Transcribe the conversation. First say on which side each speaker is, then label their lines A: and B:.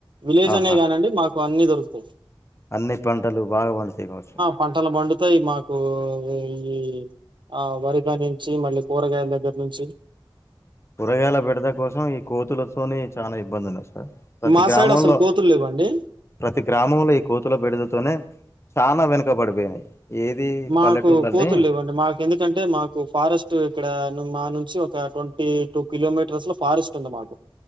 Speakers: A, on the right; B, on the left.
A: విలేజ్
B: ఆహా!
A: అనే కానిండి మాకు అన్ని దొరుకుతది
B: అన్ని పంటలు బాగా పండుతాయ్ కావచ్చు
A: పంటలు పండుతాయి, మాకు ఈ ఆ వరికా నుంచి మళ్ళీ కూరగాయల దగ్గర. నుంచి
B: కూరగాయల బెడద కోసం ఈ కోతులతోని చానా ఇబ్బంది ఉన్నది ఆ ప్రతి
A: మా
B: గ్రామంలో
A: సైడ్ అసలు కోతులు లేవండి
B: ప్రతి గ్రామంలో, ఈ కోతుల బేడదతోనే చానా వెనుకబడిపోయింది. ఏది
A: మాకు
B: పల్లెటూర్లన్నీ
A: కోతుల్లేవండి మాక్ ఎందుకంటే మాకు ఫారెస్ట్ ఇక్కడ మా నుంచి ఒక ట్వంటీ టూ కిలోమీటర్స్ లో ఫారెస్ట్ ఉంది మాకు